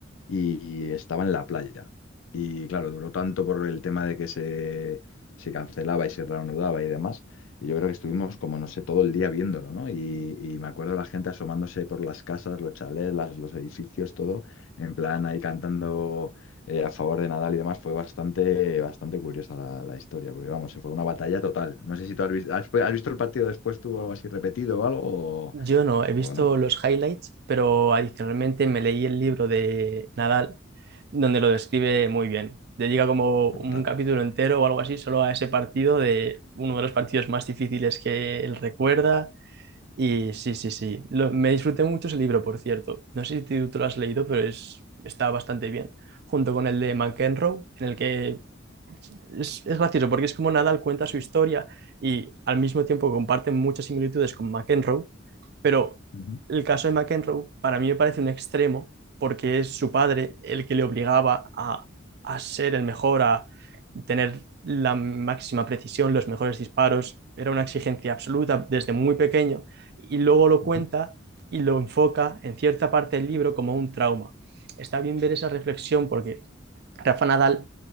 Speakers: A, on the left; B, on the right.
A: y estaba en la playa. Y claro, duró tanto por el tema de que se, se cancelaba y se reanudaba y demás. Y yo creo que estuvimos como, no sé, todo el día viéndolo, ¿no? Y, y me acuerdo la gente asomándose por las casas, los chalés, las- los edificios, todo, en plan ahí cantando eh, a favor de Nadal y demás. Fue bastante, bastante curiosa la, la historia, porque vamos, se fue una batalla total. No sé si tú has visto, has, has visto el partido después tú o algo así repetido o algo o,
B: Yo no, he visto
A: o no.
B: los highlights, pero adicionalmente me leí el libro de Nadal, donde lo describe muy bien. Dedica como
A: Brutal.
B: un capítulo entero o algo así solo a ese partido de uno de los partidos más difíciles que él recuerda, Y sí, sí, sí. Lo- me disfruté mucho ese libro, por cierto. No sé si tú, tú lo has leído, pero es, está bastante bien. Junto con el de McEnroe, en el que es, es gracioso porque es como Nadal cuenta su historia y al mismo tiempo comparten muchas similitudes con McEnroe, pero
A: Ujú,
B: el caso de McEnroe para mí me parece un extremo porque es su padre el que le obligaba a, a ser el mejor, a tener la máxima precisión, los mejores disparos. Era una exigencia absoluta desde muy pequeño y luego lo
A: ujú.
B: cuenta y lo enfoca en cierta parte del libro como un trauma. Está bien ver esa reflexión porque Rafa Nadal